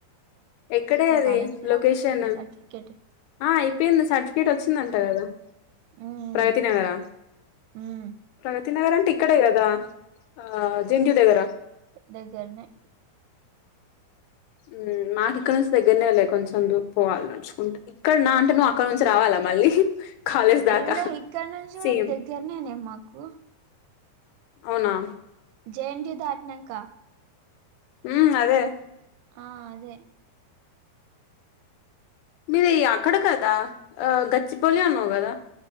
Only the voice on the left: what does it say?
ఎక్కడే అది
లొకేషను
ఆ అయిపేంది సర్టిఫికేట్ వొచ్చిందంట గదా
ప్రగతి నగరా
ప్రగతి నగరంటే ఇక్కడే గదా ఆ జెంట్యు దగ్గర
మ్ మాకీ ఇక్కన్నుంచి దెగ్గెర్నేలే లే కొంచెం దు పోవాలి నడ్చుకుంట ఇక్కన్నా అంటే నువ్వు అక్కన్నుంచి రావాలా మళ్ళీ కాలేజ్ దాకా
సేమ్
అవున
ఊమ్ అదే
మీది అక్కడ కాద ఆ గచ్చిబౌలి అన్నావు గదా